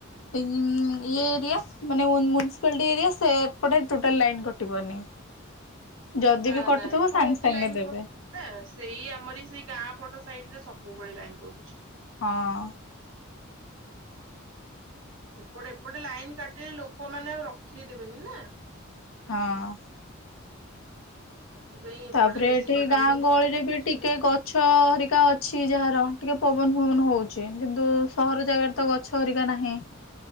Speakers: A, on the left; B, on the right.
A: ଇମ୍ ଇଏ ଏରିଆ ମାନେ ମ୍ୟୁନିସିପାଲିଟୀ ଏରିଆ, ସେପଟେ ଟୋଟାଲ୍ ଲାଇନ୍ କଟିବନି। ଯଦି
B: ନା
A: ବି କଟିଥିବ
B: ନା ଏପଟେ
A: ସାଙ୍ଗେ-ସାଙ୍ଗେ
B: ଏତେ ଲାଇନ
A: ଦେବେ।
B: <unintelligible> ସେଇ ଆମରି ସେଇ ଗାଁ ପଟ ସାଇଟ୍ ରେ ସବୁବେଳେ ଲାଇନ୍ କଟୁଛି।
A: ହଁ।
B: ସେପଟେ ଏପଟେ ଲାଇନ୍ କାଟିଲେ ଲୋକମାନେ ଆଉ ରଖେଇ ଦେବେନି ନା।
A: ହଁ।
B: ସେଥିପାଇଁ। ଏପଟେ
A: ତାପରେ
B: ବେଶୀ
A: ଏଠି
B: କଟାକଟି
A: ଗାଁ ଗହଳିରେ
B: ନଉଛନ୍ତି।
A: ବି ଟିକେ ଗ ଛ ହରିକା ଅଛି ଯାହାର ଟିକେ ପବନ ଫବନ ହଉଚି, କିନ୍ତୁ ସହର ଜାଗାରେ ତ ଗ ଛ ହେରିକା ନାହିଁ,